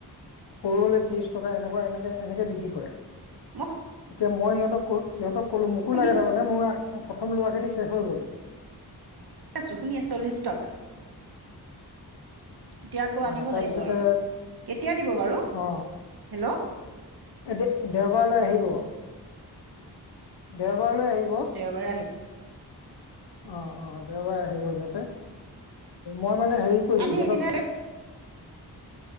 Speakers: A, on the left; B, on the right.
A: সৰু হলে ত্ৰিশ টকা এনেকুৱা এনেকে এনেকে বিক্ৰী কৰে।
B: মোক-
A: এতিয়া মই সিহঁতক কো সিহঁতক ক'লো মোকো
B: শুনি
A: লাগে মানে মোৰ প্ৰথম লোৱাখিনি শেষ হৈ গ'ল।
B: শুনি আছো শুনি আছো‌, লি ষ্টপ। এতিয়া আকৌ
A: আহ
B: আনিব
A: তাৰপিছতে
B: লাগিব আৰু, কেতিয়া দিব বাৰু?
A: অ
B: হেল্লৌ'
A: এ দে দেওবাৰলৈ আহিব দেওবাৰলৈ আহিব।
B: দেওঁবাৰ ৰে আহিম।
A: অ অ দেওবাৰে আহিব সিহঁতে, মই মানে হেৰি- কৰিছো
B: আমি
A: সিহঁতক
B: এদিন আগে-